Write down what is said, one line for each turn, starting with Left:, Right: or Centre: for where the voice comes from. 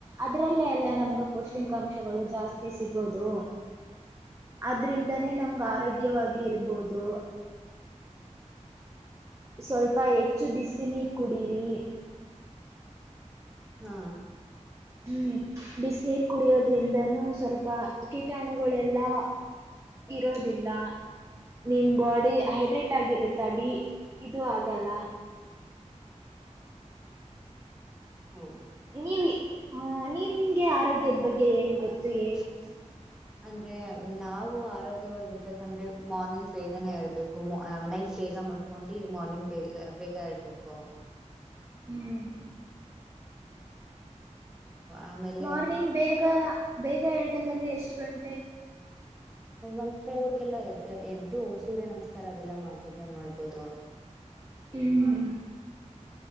Right: ಅದ್ರಲ್ಲೇ ಎಲ್ಲಾ ನಮ್ಗ ಪೌಷ್ಟಿಕಾಂಶಗಳು ಜಾಸ್ತಿ ಸಿಗೋದು ಆದ್ರಿಂದಾನೇ ನಮ್ಗ ಆರೋಗ್ಯವಾಗಿ ಇರ್ಬೋದು ಸ್ವಲ್ಪ ಹೆಚ್ಚು ಬಿಸಿ ನೀರ್ ಕುಡೀರಿ
Centre: ಹಾ
Right: ಹ್ಮ್ ಬಿಸ ನೀರು ಕುಡಿಯೋದ್ರಿಂದನೂ ಸ್ವಲ್ಪ ಕೀಟಾಣುಗಳೆಲ್ಲಾ ಇರೋದಿಲ್ಲ ನಿಮ್ ಬಾಡಿ ಹೈಡ್ರೇಟ್ ಆಗಿರುತ್ತೆ ಅ ಡಿ ಇದು ಆಗಲ್ಲ
Centre: ಹ್ಮ
Right: ನೀವಿ ನಿಮ್ಗೆ ಆರೋಗ್ಯದ ಬಗ್ಗೆ ಏನ್ ಗೊತ್ತು ಹೇಳಿ
Centre: ಹ ಅಂದ್ರೆ ನಾವು ಆರೋಗ್ಯವಾಗಿರ್ಬೇಕಂದ್ರೆ ಮಾರ್ನಿಂಗ್ ಬೇಗನೆೇ ಇರ್ಬೇಕು ನೈಟ್ ಬೇಗ ಮಲಗ ಬೇಕು ಹಕೊಂಡಿ ಮಾರ್ನಿಂಗ್ ಬೇಗ ಬೇಗ ಹೇಳ್ಬೇಕು
Right: ಹ್ಮ್
Centre: ಆಮೇಲೆ
Right: ಮಾರ್ನಿಂಗ್ ಬೇಗ ಬೇಗ ಹೇಳ್ಬೇಕಂದ್ರೆ ಎಷ್ಟು ಗಂಟೆ
Centre: ಒಂದ್ ಫೋರ್ಗೆಲ್ಲ ಎದ್ದ ಎದ್ದು ಸೂರ್ಯ ನಮಸ್ಕಾರ ಅದೆಲ್ಲಾ ಮಾಡ್ತಿದ್ರೆ ಮಾಡ್ಬೋದು
Right: ಹ್ಮ್